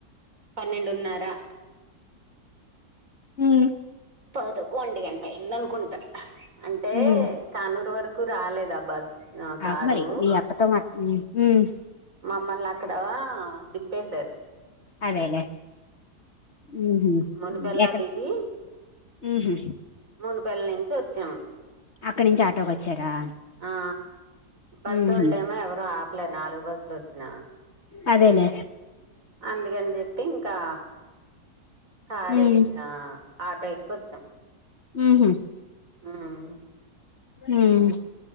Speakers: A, on the right; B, on the left.
A: పన్నెండున్నారా
B: హుమ్
A: పదకొండు గంటై అయిందన్ కుంట అంటే
B: ఉమ్,
A: కానూరు వరకు కు రాలేదా బస్ ఆ కారు
B: అవు మరి మీ అక్కతో మాత్ హుమ్
A: మమ్మల్న అక్కడ దింపేశారు
B: అదేలే ఉహు
A: మునిపెల్లా
B: ఎక్కడ
A: దిగి
B: ఉహు
A: మూనుపేల్ల నుంచి వచ్చాం
B: అక్కడి నుంచి ఆటోకి వచ్చారా
A: ఆ బస్సొళ్లూ
B: ఉహు
A: ఏమో ఎవరు ఆపలేరు నాలుగు బస్సులు వచ్చినా
B: అదేలే
A: అందుకని చెప్పి ఇంకా కార్
B: ఉమ్
A: ఎక్కి ఆ ఆటో ఎక్కొచ్చాం
B: ఉహు
A: ఉమ్
B: ఉహ్